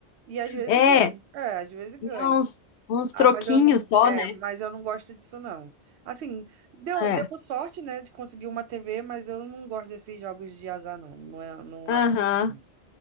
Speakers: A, on the right; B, on the left.
A: E às vezes
B: É,
A: ganha.
B: é
A: É, às vezes ganha.
B: uns, uns
A: Ah,
B: troquinhos
A: mas eu não,
B: só,
A: é,
B: né?
A: mas eu não gosto disso não. Assim, deu,
B: É.
A: deu sorte, né, de conseguir uma TV, mas eu não gosto desses jogos de azar não, não, é- não
B: Aham.
A: acho. legal.